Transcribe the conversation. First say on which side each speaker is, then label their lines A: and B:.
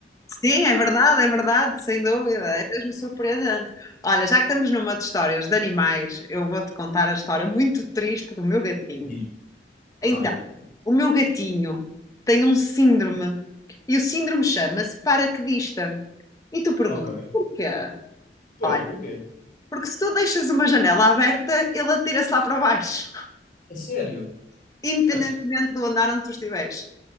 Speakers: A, on the left; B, on the left.
A: Sim, é verdade, é verdade, sem dúvida. É mesmo surpreendente. Olha, já que estamos numa de histórias de animais, eu vou-te contar a história muito triste do meu gatinho.
B: Diz.
A: Então,
B: Ai,
A: o meu gatinho tem um síndrome e o síndrome chama-se paraquedista. E tu perguntas,
B: ok.
A: porquê?
B: Pois,
A: Olha,
B: porquê?
A: porque se tu deixas uma janela aberta, ele atira-se lá para baixo,
B: A sério?
A: <laughs> independentemente
B: Ai,
A: do andar onde tu estiveres.